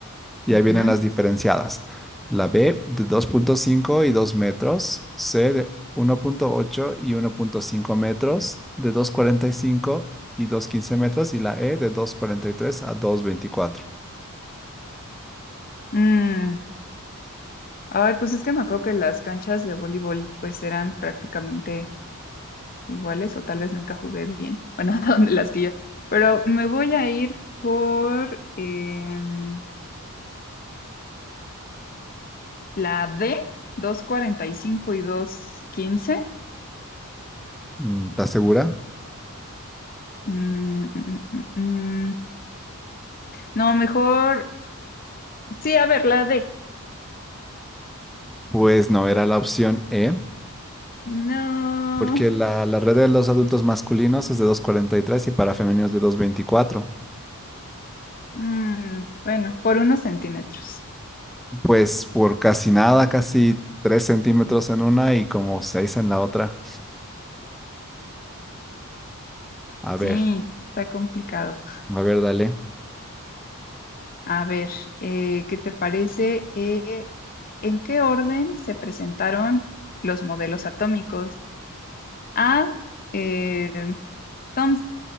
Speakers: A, in the centre; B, on the left.
A: Y
B: ujú.
A: ahí vienen las diferenciadas. La B de dos punto cinco y 2 metros, C de uno punto ocho y uno punto cinco metros, de dos cuarenta y cinco y dos quince metros, y la E de dos cuarenta y tres a 2.24.
B: Mm, Ay, pues es que me acuerdo que las canchas de voleibol pues eran prácticamente iguales o tal vez nunca jugué bien. Bueno, <laughs> donde las que yo. Pero me voy a ir por em, la D, doscientos cuarenta y 2.15.
A: Mm, ¿Estás segura?
B: Mm, mm, mm, mm, mm. No, mejor. Sí, a ver, la D.
A: Pues no, era la opción E,
B: No.
A: porque la, la red de los adultos masculinos es de dos cuarenta y tres y para femeninos de dos veinticuatro
B: Mm, bueno, por unos centímetros.
A: Pues por casi nada, casi 3 centímetros en una y como 6 en la otra. A
B: Sí,
A: ver,
B: está complicado.
A: a ver, dale.
B: A ver, eh, ¿qué te parece? Eh, ¿en qué orden se presentaron los modelos atómicos? A, eh, Thoms-